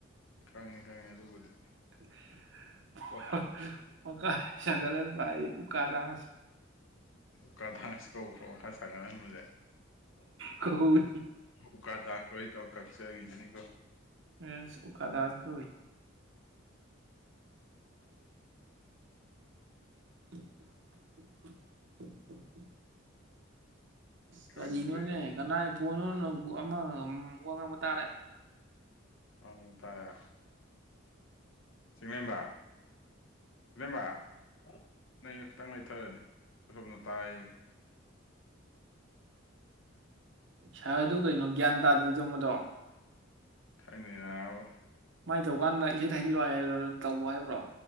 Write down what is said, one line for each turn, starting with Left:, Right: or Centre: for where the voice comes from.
Left: ꯈꯪꯉꯦ ꯈꯪꯉꯦ ꯑꯗꯨꯕꯨꯗꯤ
Right: <unintelligible>
Left: ꯄꯣꯠꯇꯣ
Right: ꯃꯈꯥ <unintelligible> ꯁꯥꯒꯠꯍꯟꯕ ꯍꯥꯏꯗꯤ ꯎꯀꯥ <unintelligible>
Left: ꯑꯣꯀꯥ ꯗꯥꯅꯁ ꯀꯧꯕ꯭ꯔꯣ ꯃꯈꯥ ꯁꯥꯒꯠ ꯍꯟꯕꯁꯦ
Right: ꯀꯧ <unintelligible>
Left: ꯎꯀꯥ ꯗꯥꯥꯁ ꯋꯥꯔꯤ ꯇꯧꯔ ꯀꯛꯆꯖꯅꯤ ꯀꯣ
Right: <unintelligible> ꯎꯀꯥꯗꯥꯁ ꯀꯧꯋꯤ <inaudible> ꯀꯔꯤꯅꯣꯅꯦ
Left: ꯈꯪꯗ꯭ꯔꯦ
Right: ꯀꯅꯥ ꯐꯣꯟ <unintelligible> ꯑꯃ ꯋꯥꯉꯥꯡꯕ ꯇꯥꯔꯦ
Left: <unintelligible> ꯆꯤꯡꯂꯦꯝꯕ ꯆꯤꯡꯂꯦꯝꯕ ꯍꯥꯎ ꯅꯩ ꯈꯤꯇꯪ ꯂꯩꯊꯔꯗꯤ ꯑꯁꯣꯝꯗ ꯇꯥꯏꯌꯦ
Right: ꯁꯥꯔ ꯑꯗꯨ ꯀꯩꯅꯣ ꯒ꯭ꯌꯥꯟ ꯇꯥꯗ꯭ꯔꯤꯗꯣ ꯃꯗꯣ
Left: ꯈꯪꯗꯦ ꯅꯥꯕ
Right: ꯃꯥꯏ ꯇꯧꯀꯥꯟꯗ ꯏꯁꯩ <unintelligible> ꯇꯧ ꯍꯥꯏꯕ꯭ꯔꯣ